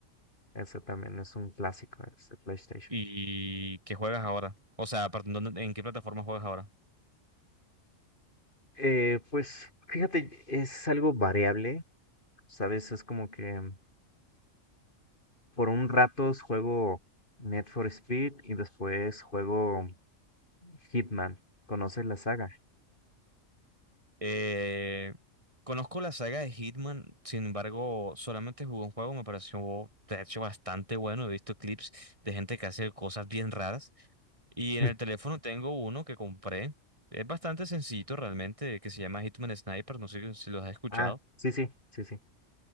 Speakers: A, on the left (about 40°); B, on the right (about 25°).
A: Ese también es un clásico, ese PlayStation.
B: ¿Y qué juegas ahora? O sea, aparte, ¿en dónde- en qué plataforma juegas ahora?
A: Eh, pues fíjate, es algo variable, ¿sabes? Es como que mm, por un rato juego Need for Speed y después juego Hitman. ¿Conoces la saga?
B: Eh, conozco la saga de Hitman, sin embargo, solamente jugué un juego, me pareció de hecho bastante bueno. He visto clips de gente que hace cosas bien raras. Y
A: <laughs>
B: en el teléfono tengo uno que compré. Es bastante sencillito realmente, que se llama Hitman Sniper, no sé si los has escuchado.
A: Ah, sí, sí, sí, sí,